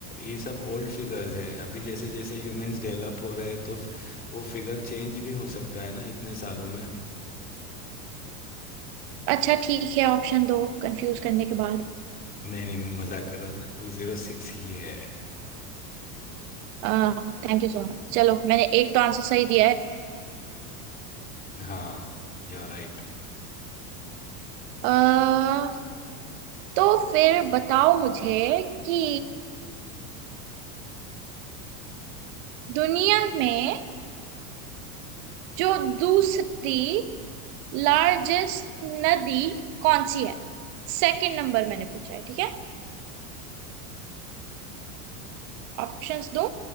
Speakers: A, on the left; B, on the right.
A: ये सब ओल्ड फिगर्स है अभी जैसे जैसे ह्यूमंस डेवलप हो रहे हैं तो फ- वो फिगर चेंज भी हो सकता है ना इतने सालों में
B: <laughs> अच्छा ठीक है ऑप्शन दो कंफ्यूज करने के बाद
A: नहीं नहीं मैं मजाक कर रहा था टू जीरो सिक्स ही है
B: <laughs> थैंक यू सो मच चलो मैंने एक तो आंसर सही दिया है
A: हाँ यू राइट
B: अह तो फिर बताओ मुझे कि दुनिया में जो दूसरी लार्जेस्ट नदी कौन सी है सेकंड नंबर मैंने पूछा है ठीक है ऑप्शंस दो